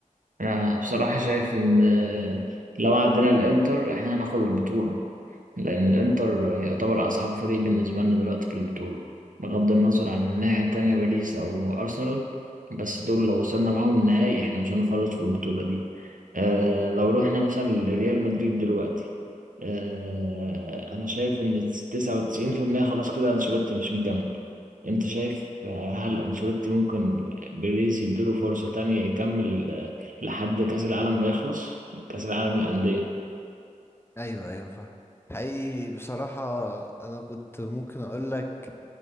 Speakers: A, on the right (about 80°); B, on the left (about 15°).
A: انا بصراحة شايف ان لو عدينا الانتر احنا هناخد البطولة لان الانتر يعتبر اصعب فريق بالنسبة لنا دلوقتي في البطولة بغض النظر عن الناحية التانية باريس او ارسنال بس دول لو وصلنا معاهم النهائي احنا مش هنفرط في البطولة دي آه لو رحنا مثلا لريال مدريد دلوقتي آه أنا شايف إن تسعة وتسعين في المية خلاص كده أنشيلوتي مش مكمل أنت شايف آه، هل أنشيلوتي ممكن بيريز يديله فرصة تانية يكمل آه، لحد كأس العالم ما يخلص كأس العالم للأندية
B: ايوه ايوه فاهم حقيقي بصراحة انا كنت ممكن اقول لك